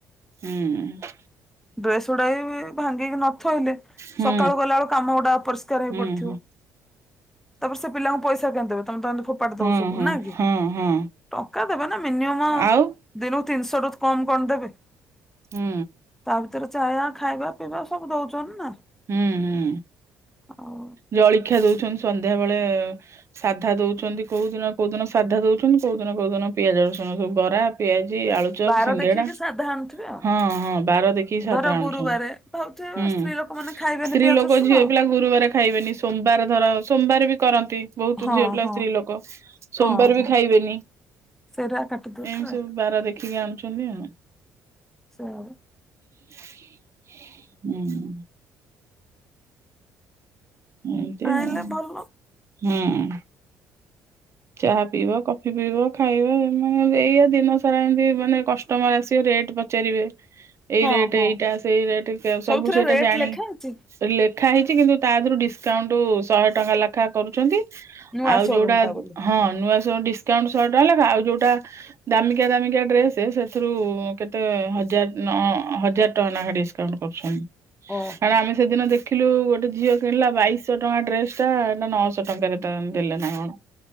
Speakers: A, on the right (about 40°); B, in the centre.
A: ହୁଁ।
B: ଡ୍ରେସ୍ ଗୁଡ଼ାବି ଭାଙ୍ଗିକି ନଥୋଇଲେ
A: ହୁଁ
B: ସକାଳୁ ଗଲାବେଳୁ କାମ ଗୁଡ଼ା ଅପରିଷ୍କାର ହେଇ
A: ହୁଁ
B: ପଡ଼ିଥିବ।
A: ହୁଁ।
B: ତାପରେ ସେ ପିଲାଙ୍କୁ ପଇସା କାଇଁ ଦେବେ ତମେ ତମ ଫୋପାଡ଼ି
A: ହଁ
B: ଦବ ସବୁ
A: ହଁ
B: ନାଁ କି।
A: ହଁ ହଁ
B: ଟଙ୍କା ଦେବେ ନା ମିନିଅମ୍
A: ଆଉ
B: ଦିନୁ ତିନିଶ ରୁ କମ୍ କଣ ଦେବେ।
A: ହୁଁ।
B: ତା ଭିତରେ ଚାୟା ଖାଇବା ପିଇବା ସବୁ ଦଉଚନ୍ତି ନା।
A: ହୁଁ ହୁଁ
B: ଆଉ
A: ଜଳଖିଆ ଦଉଚନ୍ତି ସନ୍ଧ୍ୟା ବେଳେ ସାଧା ଦଉଚନ୍ତି କୋଉ ଦିନ କୋଉ ଦିନ ସାଧା ଦଉଛନ୍ତି କୋଉ ଦିନ କୋଉ ଦିନ ପିଆଜ ରସୁଣ ସବୁ ବରା ପିଆଜି ଆଳୁ ଚପ୍
B: ବାର
A: ସିଙ୍ଗେଡା
B: ଦେଖିକି ସାଧା ଆଣୁଥିବେ ଆଉ।
A: ହଁ ହଁ ବାର ଦେଖିକି ସାଧା
B: ଧର
A: ଆଣୁଚନ୍ତି।
B: ଗୁରୁବାରେ ଭାବୁଥିବେ
A: ହୁଁ,
B: ସ୍ତ୍ରୀ ଲୋକମାନେ ଖାଇବେନି
A: ସ୍ତ୍ରୀ
B: ପିଆଜ
A: ଲୋକ
B: ରସୁଣ
A: ଝିଅ ପିଲା ଗୁରୁବାର ଖାଇବେନି ସୋମବାର ଧର ସୋମବାର ବି କରନ୍ତି। ବହୁତ
B: ହଁ
A: ଝିଅ ପିଲା
B: ହଁ
A: ସ୍ତ୍ରୀ ଲୋକ ସୋମବାର
B: ହଁ ହଁ
A: ବି ଖାଇବେନି।
B: ସେଇଟା କାଟି ଦଉଥିବେ
A: ଏମ ସବୁ ବାର ଦେଖିକି ଆଣୁଛନ୍ତି ଆ।
B: ସେୟା ପା।
A: ଉଁ। ଏମତି
B: ଆଣିଲେ
A: ଆଉ
B: ଭଲ
A: ହୁଁ ଚାହା ପିଇବ କ ଫି ପିିବ ଖାଇବ ମାନେ ଏଇଆ ଦିନ ସାରା ଏମିତି ମାନେ କଷ୍ଟମର ଆସିବେ ରେଟ୍ ପଚାରିବେ। ଏଇ
B: ହଁ
A: ରେଟ
B: ହଁ
A: ଏଇଟା ସେଇ ରେଟ
B: ସବୁଥିରେ
A: ସବୁ ସେଇଟା
B: ରେଟ୍
A: ଜାଣି
B: ଲେଖା ଅଛି
A: ଲେଖା ହେଇଚି କିନ୍ତୁ ତା ଦେହରୁ ଡିସକାଉଣ୍ଟ ଶହେ ଟଙ୍କା ଲେଖା କରୁଚନ୍ତି।
B: ନୂଆ
A: ଆଉ
B: ସୋରୁମ
A: ଯୋଉଟା
B: ଟା ବୋଲି
A: ହଁ ନୂଆ ସବୁ ଡିସକାଉଣ୍ଟ ଶହେ ଟଙ୍କା ଲେଖା ଆଉ ଯୋଉଟା ଦାମିକିଆ ଦାମିକିଆ ଡ୍ରେସ ସେଥିରୁ କେତେ ହଜାର ହଜାର ଟଙ୍କା ନେଖା ଡି କାଉଣ୍ଟ କରୁଛନ୍ତି
B: ଓହୋ।
A: କାରଣ ଆମେ ସେଦିନ ଦେଖିଲୁ ଗୋଟେ ଝିଅ କିଣିଲା ବାଇଶ ଟଙ୍କା ଡ୍ରେସ ଟା ଏଇଟା ନଅଶ ଟଙ୍କାରେ ଦେଲେ ନା କଣ।